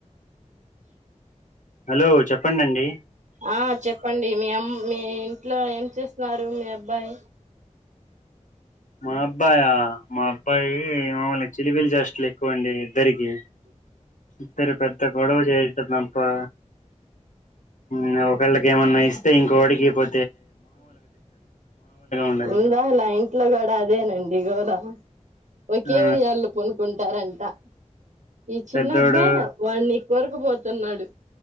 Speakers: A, on the left; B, on the right.
A: హలో చెప్పండండి
B: ఆ చెప్పండి మీ అమ్ మీ ఇంట్లో ఏం చేస్తున్నారు మీ అబ్బాయి
A: మా అబ్బాయా మా అబ్బాయి ఏమో చిలిపిల్ చేష్టలు ఎక్కువండి ఇద్దరికి ఇద్దరు పెద్ద గొడవ చెయ్యద్దండి అబ్బా మ్ ఒకళ్ళకి ఏమన్నా ఇస్తే ఇంకోడికి ఇపో ఉండదు
B: ఉందా అలా ఇంట్లో కూడా అదేనండి గోల ఒకే
A: ఆ
B: వియాల్లో పనుకుంటారం త ఈ చిన్నబ్బాయ్
A: పెద్దోడు
B: వాని కోరుకుపోతున్నాడు